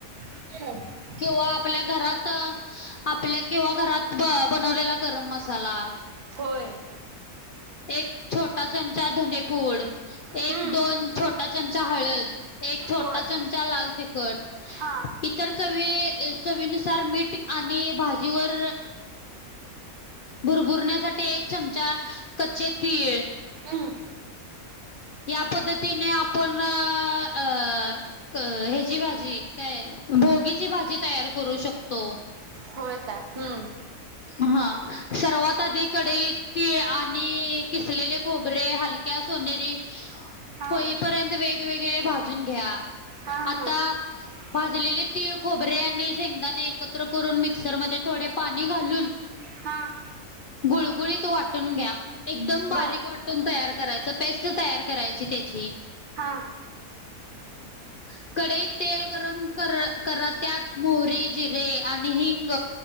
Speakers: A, on the right (about 85°); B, on the left (about 55°).
A: <unintelligible>
B: किवा आपल्या घरात आपल्या किंवा घरात बनवलेला गरम मसाला.
A: होय.
B: एक छोटा चमचा धनेपूड. एक
A: हम्म
B: दोन छोटा चमचा हळद. एक छोटा
A: होय
B: चमचा लाल तिखट.
A: हा
B: इतर चवी चवीनुसार मीठ. आणि भाजीवर भुरभुरण्यासाठी एक चमचा कच्चे तीळ.
A: हं
B: या पद्धतीने आपण अ ह्याची भाजी काय भोगीची भाजी तयार करू शकतो.
A: होय काय? हम्म
B: हा सर्वात आधी कढईत तिळ आणि किसलेले खोबरे हलक्या सोनेरी
A: हा
B: होईपर्यंत वेगवेगळे भाजून घ्या.
A: हा हा
B: आता
A: हा
B: भाजलेले तीळ खोबरे आणि शेंगदाणे एकत्र करून मिक्सर मध्ये थोडे पाणी घालून
A: हा हा
B: गुळगुळीत वाटून घ्या. एकदम बारीक
A: बर
B: वाटून तयार करायच. पेस्ट तयार करायची त्याची.
A: हा.
B: <inaudible> कडईत तेल गरम कर करत त्यात मोहरी, जिरे, आणि हिंग.